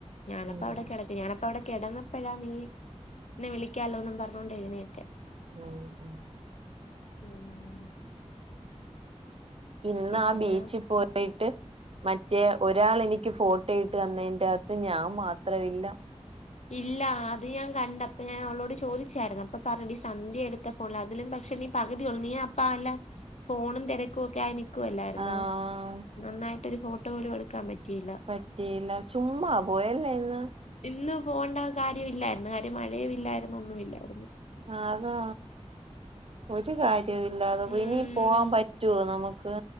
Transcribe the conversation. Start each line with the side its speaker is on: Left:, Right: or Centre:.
Left: ഞാനപ്പം
Right: ഉം
Left: അവെടെ കെടക്ക. ഞാനപ്പ അവെടെ കെടന്നപ്പഴാ നീ നിന്നെ വിളിക്കാലോന്നു പറഞ്ഞോണ്ട് എഴുന്നേറ്റ്. <unintelligible>
Right: ഉം ഉം
Left: ഉം
Right: ഇന്നാ
Left: പിന്നെ
Right: ബീച്ചിൽ പോ ട്ട് മറ്റേ ഒരാളെനിക്ക് ഫോട്ടോയിട്ട് തന്നതിന്റെതാത്ത് ഞാൻ മാത്രമില്ല.
Left: ഇല്ല അത് ഞാൻ കണ്ട് അപ്പ ഞാൻ അവളോട് ചോദിച്ചായിരുന്നു അപ്പ പറഞ്ഞെടി സന്ധ്യ എടു ത്ത ഫോണിലാ അതിലും പക്ഷെ നീ പകുതിയൊള്ളൂ നീ അപ്പാ അല്ല ഫോണും തെരക്കുവൊക്കെയായി നി ക്കുവല്ലാരുന്നോ
Right: ആഹ്
Left: നന്നായിട്ടൊരു ഫോട്ടോ പോലും എടുക്കാൻ പറ്റിയില്ല.
Right: പറ്റിയില്ല ചുമ്മാ പോയല്ലോ ഇന്ന്.
Left: ഇന്ന് പോണ്ടേ കാര്യവില്ലാരെന്ന് കാര്യം മഴേം ഇല്ലാരെന്ന് ഒന്നും ഇല്ലാരെന്ന്.
Right: അഹ് അതാ ഒരു കാര്യോം ഇല്ലാതെ
Left: ഉം
Right: പോയി ഇനി പോവാൻ പറ്റുവോ നമ്മെക്ക്.